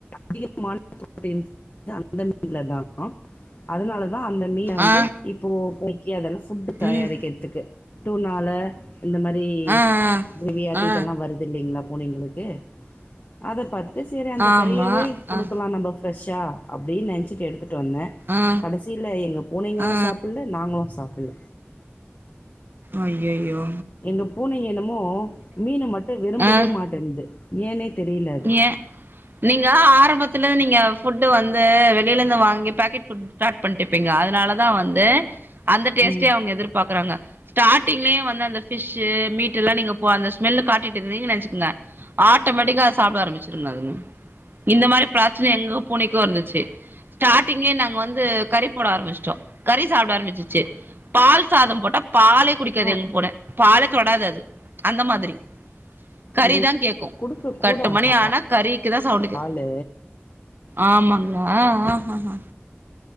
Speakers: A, on the left; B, on the right.
A: அதிகமான ப்ரோட்டின்ஸ் சத்து அந்த மீன்ல <inaudible> தா அதுனால னா அந்த மீன வந்து
B: ஆ
A: இப்போ பொறிக்க அதெல்லா ஃபுட் தயாரிக்கறத்துக்கு
B: ம்
A: டூனால இந்த மரி
B: ஆ
A: வெளிய அது
B: ஆ ஆ
A: இதுல்லா வருது இல்லைங்களா பூனைங்களுக்கு அத பாத்துட்டு சரி அந்த
B: ஆமா
A: கறியாவே குடுக்கலா
B: அ
A: நம்ப ஃப்ரெஷ்ஷா அப்டின் நெனச்சிட்டு எடுத்துட்டு வந்தே
B: ஆ
A: கடைசில எங்க பூனைங்களு
B: ஆ
A: சாப்புல்ல நாங்களு சாப்புல்ல
B: அய்யயோ
A: எங்க பூனை என்னமோ மீன மட்டு விரும்பவே
B: ஆ
A: மாட்டன்து ஏனே தெரில அது
B: ஏ நீங்க ஆரம்பத்துலே நீங்க ஃபுட்டு வந்து வெளிலந்து வாங்கி பாக்கெட் ஃபுட் ஸ்டார்ட் பண்ட்டுப்பீங்க அதனாலதா வந்து அந்த டேஸ்ட்டே
A: ம்
B: அவங்க எதிர்பாக்குறாங்க ஸ்டார்டிங்லே வந்து அந்த ஃபிஷ்சு மீட்டுலா நீ போ அந்த ஸ்மெல்லு காட்டிட்ருந்தீங்க வச்சுக்கு ங்க ஆட்டோமேட்டிக்கா அத சாப்ட ஆரம்பிச்சிருங்க அதுங்க இந்த மாரி பிரச்சன எங்க பூனைக்கு இருந்துச்சு ஸ்டார்டிங்கே நாங்க வந்து கறி போட ஆரமிச்சுட்டோ கறி சாப்ட ஆரம்பிச்சிருச்சு பால் சாதம் போட்டா பாலே குடிக்காது
A: ஆ
B: எங்க பூன பாலே தொடாது அது அந்த மாதிரி கறி
A: அது
B: தா கேக்கு
A: கொடுக்கக்கூடாதுப்பா
B: எட்டு மணி ஆனா கறிக்குதா சவுண்டு கேக்
A: பால்
B: ஆமாங்கா ஆஹ